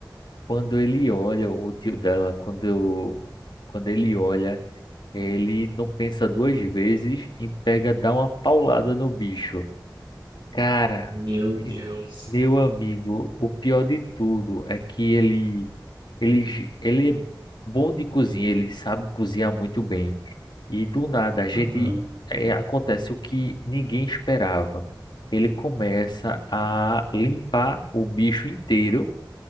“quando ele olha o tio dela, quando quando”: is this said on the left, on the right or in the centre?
Left